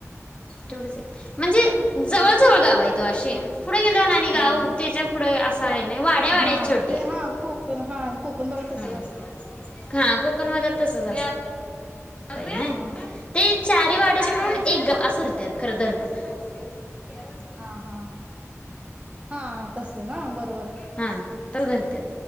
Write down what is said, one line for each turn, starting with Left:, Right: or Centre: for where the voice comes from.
Left: तेवढेच आहेत म्हणजे जवळ जवळ गाव आहेत ओ अशी. पुढे गेल आणि गाव
Right: हा
Left: त्याच्या पुढे असं आहे नाही वाड्या वाड्या
Right: हा
Left: छोटी.
Right: ते हा कोकण हा. कोकण भागात तसंच
Left: हा
Right: असतंय.
Left: हा. कोकण भागात तसंच असतंय नही.
Right: हा
Left: ते चार वाड्याचे मिळून एक गाव असंच धरतात खरं धरताना.
Right: हा हा. हा तस ना बरोबर आहे.
Left: हां. तर धरत्यात.